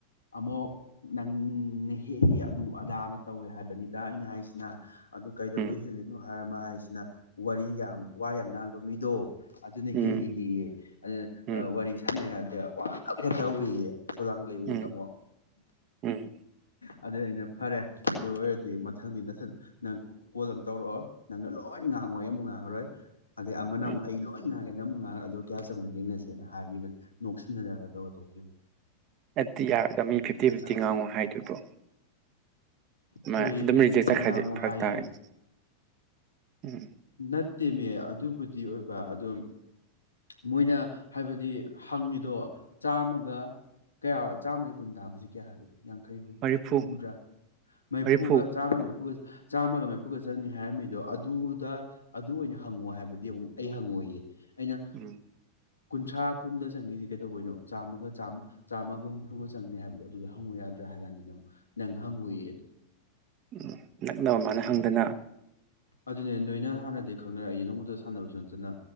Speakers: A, on the left (about 80°); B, on the right (about 35°).
A: ꯑꯃꯨꯛ ꯅꯪꯅ ꯍꯦꯜꯂꯤ ꯑꯗꯨ ꯑꯗꯥꯅ ꯇꯧꯋꯦ ꯍꯥꯏꯕꯅꯤꯗ ꯑꯩꯅ ꯍꯥꯏꯁꯤꯅ ꯑꯗꯨ ꯀꯩꯗꯧꯕꯩ
B: ꯎꯝ
A: ꯍꯦꯜꯂꯤꯅꯣ ꯍꯥꯏꯔ ꯃꯥꯥ ꯍꯥꯏꯁꯤꯅ ꯋꯥꯔꯤ ꯌꯥꯝ ꯋꯥ ꯌꯥꯝ ꯉꯥꯡꯕ ꯃꯤꯗꯣ ꯑꯗꯨꯅ
B: ꯎꯝ
A: ꯍꯦꯜꯂꯤꯅꯦ ꯌꯦ ꯑꯗꯨ
B: ꯎꯝ
A: ꯋꯥꯔꯤ ꯁꯥꯟꯅꯩ ꯍꯥꯏꯗꯦ ꯋꯥ ꯉꯥꯡꯅꯕ ꯍꯦ ꯇꯧꯏꯌꯦ ꯊꯧꯗꯥꯡ ꯂꯩꯕꯤꯕ
B: ꯎꯝ
A: ꯇꯥꯃꯣ
B: ꯎꯝ
A: ꯑꯗꯨꯩ ꯑꯩꯅ ꯐꯔꯦ ꯑꯗꯨ ꯑꯣꯏꯔꯗꯤ ꯃꯊꯪꯗꯤ ꯅꯊꯪ ꯅꯪ ꯀꯣꯜ ꯑꯃ ꯇꯧꯔꯛꯑꯣ ꯅꯪꯅ ꯂꯣꯏ ꯉꯥꯡꯉꯣꯏ ꯑꯃꯨꯛ ꯉꯥꯡꯉꯔꯣꯏ ꯑꯗꯩ ꯑꯃꯅ
B: ꯎꯝ
A: ꯑꯃꯨꯛ ꯑꯩ ꯂꯣꯏ ꯉꯥꯡꯉꯦꯅ ꯑꯃꯨꯛ ꯉꯥꯡꯉꯨ ꯑꯗꯨ ꯀꯌꯥ ꯆꯥꯪꯉꯦꯅ ꯌꯦꯡꯅꯁꯦꯅ ꯍꯥꯏꯈꯤꯕꯅꯤ ꯅꯣꯛꯁꯤꯟꯖꯅꯔꯒ ꯇꯣꯛꯈꯤꯕꯅꯤ
B: <unintelligible>
A: ꯑꯗꯨꯒꯨꯝꯕꯗ
B: ꯃꯤ ꯐꯤꯐꯇꯤ
A: ꯀꯅꯥ
B: ꯐꯤꯐꯇꯤ ꯉꯥꯡꯉꯨ ꯍꯥꯏꯗꯣꯏꯕꯣ ꯃꯥ
A: ꯍꯣꯏꯌꯦ
B: ꯑꯗꯨꯝ
A: ꯐꯤꯐꯇꯤ
B: ꯔꯤꯖꯦꯛ
A: ꯐꯤꯐꯇꯤ
B: ꯆꯠꯈ꯭ꯔꯗꯤ
A: ꯉꯥꯡꯉꯨ
B: ꯐꯔꯛ
A: ꯍꯥꯏꯌꯦ
B: ꯇꯥꯔꯦꯅꯦ ꯎꯝ
A: ꯅꯠꯇꯦꯅꯦ ꯑꯗꯨꯕꯨꯗꯤ ꯑꯣꯏꯕ ꯑꯗꯨꯝ ꯃꯣꯏꯅ ꯍꯥꯏꯕꯗꯤ ꯍꯪꯉꯤꯗꯣ ꯆꯥꯝꯃꯒ ꯀꯌꯥ ꯆꯥꯝꯃꯗ ꯀꯨꯟ ꯇꯥꯕꯁꯤ ꯀꯌꯥ ꯍꯥꯏꯕꯅꯣ ꯌꯥꯡꯈꯩ ꯍꯨꯝꯐꯨ
B: ꯃꯔꯤꯐꯨ
A: ꯍꯨꯝꯐꯨꯇꯔꯥ ꯃꯔꯤꯐꯨꯒ
B: ꯃꯔꯤꯐꯨ
A: ꯆꯥꯝꯃꯒ ꯃꯔꯤꯐꯨꯒ ꯆꯥꯝꯃꯒ ꯃꯔꯤꯐꯨꯒ ꯆꯪꯅꯤ ꯍꯥꯏꯔꯝꯃꯤꯗꯣ ꯑꯗꯨꯗ ꯑꯗꯨ ꯑꯣꯏꯅ ꯍꯪꯉꯣ ꯍꯥꯏꯕꯗꯤ ꯑꯃꯨꯛ ꯑꯩ ꯍꯪꯉꯣꯏꯌꯦ ꯑꯩꯅ
B: ꯎꯝ
A: ꯀꯨꯟꯊ꯭ꯔꯥ ꯀꯨꯟꯗ ꯆꯪꯉꯤꯁꯦ ꯀꯩꯗꯧꯕꯅꯣ ꯆꯥꯝꯃꯒ ꯆꯥꯝꯃꯒ ꯍꯨꯝꯐꯨꯒ ꯆꯪꯅꯤ ꯍꯥꯏꯕꯗꯣ ꯑꯗꯨꯗ ꯍꯪꯉꯨ ꯌꯥꯗ꯭ꯔꯥ ꯍꯥꯏ ꯀꯥꯟꯗ ꯑꯃꯨꯛ ꯅꯪ ꯍꯪꯉꯨꯌꯦ
B: ꯎꯝ ꯅꯛꯅꯕ ꯃꯥꯅ ꯍꯪꯗꯅ
A: ꯏ ꯑꯗꯨꯅꯦ ꯅꯣꯏꯅ ꯍꯥꯟꯅꯗꯩꯩ ꯈꯪꯅꯔ ꯑꯩ ꯅꯣꯡꯃꯇ ꯁꯥꯟꯅꯕꯁꯨ ꯅꯠꯇꯅ